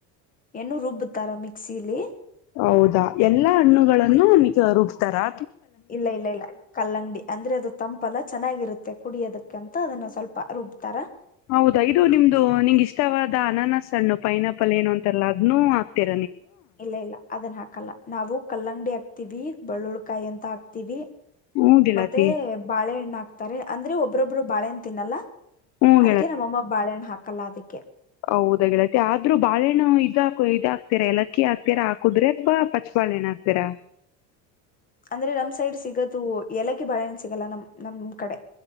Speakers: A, on the left (about 25°); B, on the left (about 50°).
A: ಹೆಣ್ಣು ರುಬ್ಬುತಾರಾ ಮಿಕ್ಸಿಯಲಿ.
B: ಹೌದಾ ಎಲ್ಲಾ ಹಣ್ಣುಗಳನ್ನು ನಿಕ ರುಬ್. ತ್ತರಾ.
A: ಇಲ್ಲ ಇಲ್ಲೆ ಇಲ್ಲಾ ಕಲ್ಲಂಗಡಿ ಅಂದ್ರೆ ಅದು ತಂಪ್ ಬಲ ಚೆನ್ನಾಗ ಇರುತ್ತೆ ಕುಡಿಯೋದಕ್ಕೆ ಅಂತ ಅದನ್ನು ಸ್ವಲ್ಪ ರುಬ್ತಾರಾ.
B: ಹೌದ ಐದು ನಿಮ್ದು ನಿಂಗ ಇಷ್ಟವಾದ್. ದಾ ಅನಾನಸ ಅನ್ನು ಪೈನಾಪಲ್ ಏನು ಅಂತ ಎಲ್ಲ ಅದ್ನು ಹಾಕಬೇಕ.
A: ಇಲ್ಲೇ ಇಲ್ಲಾ ಅದನ್ ಹಾಕಲ್ಲಾ ನಾವು ಕಲ್ಲಂಗಡಿ ಹಾಕ್ತಿದಿಕ ಬೆಳ್ಳುಳ್ಕಾಯಿ ಅಂತ ಹಾಕ್ತಿಬಿ.
B: ಹ್ಮ್ ಗೆಳತಿ
A: ಮತ್ತೆ ಬಾಳೆಹಣ್ಣಾ ಹಾಕ್. ಆಗ್ತಾರೆ ಅಂದ್ರೆ ಒಬ್ಬ್ರೊಬ್ರು ಬಾಳೆಹಣ್ ತಿನ್ನಲ್ಲಾ.
B: ಹ್ಮ್
A: ಅದಕ್ಕೆ ನಮ್ಮ ಅಮ್ಮ ಬಾಳೆಹಣ್ಣ ಹಾಕ್ ಕಲ್ಲಾ ಅದಿಕ್ಕೆ.
B: ಹೌದ ಗೇಳತಿ ಆದ್ರು ಬಾಳೆಹಣ್ಣು ಇದಾಕು ಇದ ಹಾಕ್ತಿರಾ ಎಲಕ್ಕಿ ಹಾಕ್ತೀರಾ ಹಾ ಕುದ್ರೆ ಅಥವಾ ಪಚ್ಚ ಪಾಣಿನ ಹಾಕ್ತಿರಾ.
A: ಅಂದ್ರೆ ನಮ್ ಸೈಡ್ ಸಿಗತು ಎಲಕ್ಕಿ ಬಾಳೆಹಣ್‌ ಸಿಗಲ್ಲಾ ನಮ್ ನಮ್ ಕಡೆ.